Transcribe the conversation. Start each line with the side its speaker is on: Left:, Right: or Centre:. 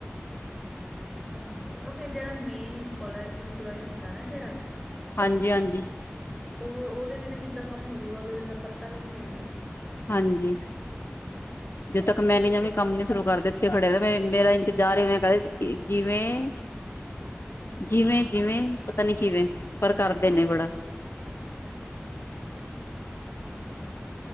Centre: ਹਾਂਜੀ ਇਹ ਤਾਂ ਹੁੰਦਾ ਉਹ ਫਿਰ ਜਿਹੜਾ ਮੇਨ ਇਪਲੋ ਇੰਪਲੋਏ ਹੁੰਦਾ ਨਾ ਜਿਹੜਾ
Left: ਹਾਂਜੀ, ਹਾਂਜੀ
Centre: ਉਹ ਉਹਦੇ ਬਿਨਾਂ ਕਿੱਦਾਂ ਕੰਮ ਹੋਜੂਗਾ ਉਹਦੇ ਬਿਨਾਂ ਦਾ ਪੱਤਾ ਵੀ ਨਹੀ ਹਿਲਦਾ।
Left: ਹਾਂਜੀ। ਜਿੱਦੋਂ ਤੱਕ ਮੈਂ ਨੀ ਜਾਂਵੇ ਕੰਮ ਨੀ ਸ਼ੁਰੂ ਕਰਦੇ ਇੱਥੇ ਖੜੇ ਮੇਰਾ ਇੰਤਜ਼ਾਰ ਇਵੇ ਕਰਾ ਜਿਵੇਂ,
Centre: ਹਮ
Left: ਜਿਵੇਂ ਕਿਵੇਂ ਪਤਾ ਨੀ ਕਿਵੇਂ ਪਰ ਕਰਦੇ ਨੇ ਬੜਾ,
Centre: <inaudible>